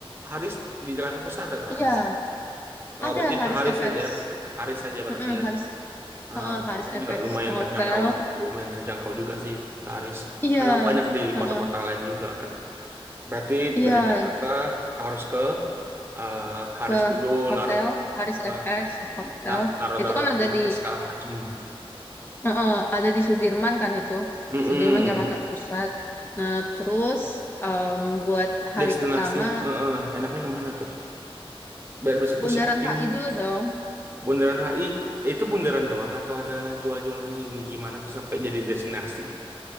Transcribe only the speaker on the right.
Haris di Jakarta Pusat ada ke
Haris? Oh,
berarti
ke Haris
saja, Haris saja berarti
ya.
Ah,
itu juga
lumayan
terjangkau, lumayan terjangkau juga sih ke Haris.
Karena banyak di
kota-kota lain juga kan. Berarti
dari Jakarta
harus ke eh, Haris
dulu
naruh
eh,
na- naruh-naruh
luggage
segala macem.
Mm-mm.
Destinasi
eh, enaknya kemana tuh? Biar bisa
ku siapin
Bundaran HI. Itu bundaran doang atau ada jual-jualan ini gimana tuh sampai jadi destinasi?